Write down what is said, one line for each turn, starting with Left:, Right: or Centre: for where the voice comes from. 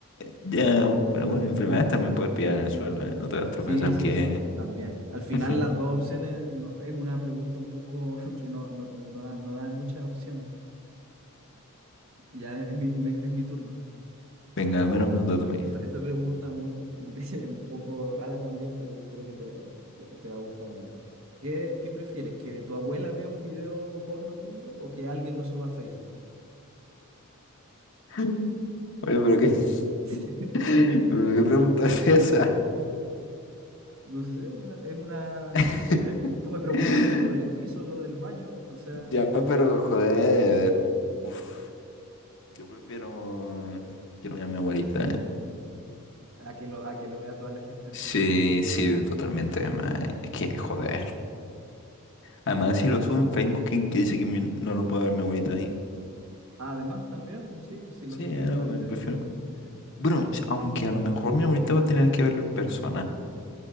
Left: Ya, pero bueno, enfermedades también puedes pillar en el suelo, ¿eh? No te vas
Right: Sí,
Left: a pensar
Right: sí,
Left: que
Right: sí, pues, también. Al final
Left: <laughs>
Right: las dos opciones no, es una pregunta un poco <laughs> que no, no, te- no da, no da muchas opciones. Ya es mi, me- es mi turno.
Left: Venga, dame
Right: Ah,
Left: una
Right: Ya, mira,
Left: pregunta tú a mí.
Right: Esta, esta pregunta muy, <laughs> es un poco rara también, pero yo creo que te, te- te va a gustar. Mira, ¿qué, qué prefieres? ¿Que tu abuela vea un video porno tuyo o que alguien lo suba a Facebook?
Left: Mm. Oye, pero qué,
Right: <laughs>
Left: <laughs> pero qué pregunta es esa.
Right: No sé, una- es una...
Left: <laughs>
Right: ¿Qué prefieres? Tú me preguntaste lo del piso, lo del baño, o sea,
Left: Ya, pero joder. Uf, yo prefiero. Quiero llamar a mi abuelita.
Right: a que lo, a que lo vea toda la gente en
Left: Sí,
Right: Facebook. <laughs>
Left: sí, totalmente. Además, es que joder. Además, si lo subo en Facebook, ¿quién que dice que mi- no lo puede ver mi abuelita ahí?
Right: Además, también, pues sí, pues, si,
Left: Sí,
Right: los-
Left: eh,
Right: si está
Left: me
Right: en Facebook.
Left: prefiero. Bueno, aunque a lo mejor mi abuelita va a tener que verlo en persona.